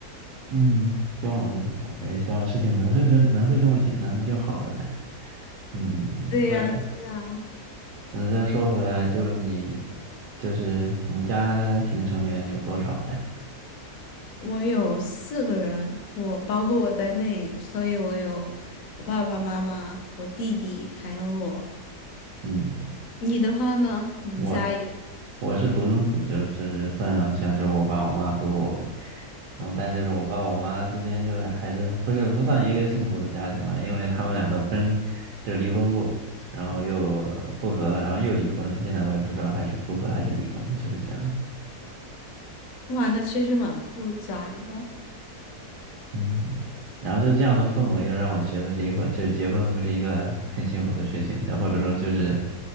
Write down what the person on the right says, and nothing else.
嗯，希望吧，也希望事情能是这能是这么简单的就好了嘞。嗯，
那。
那再说回来，就你就是你家庭成员有多少嘞？
嗯，
我我是独生子，就就是算上像就是我爸我妈和我呗。然后但就是我爸我妈之间就是还是不是不算一个幸福的家庭吧，因为他们两个分就离婚过，然后又复合了，然后又离婚了。现在我也不知道还是复合还是离婚，就是这样。
嗯，然后就这样的氛围，又让我觉得离婚就是结婚不是一个很幸福的事情，然后或者说就是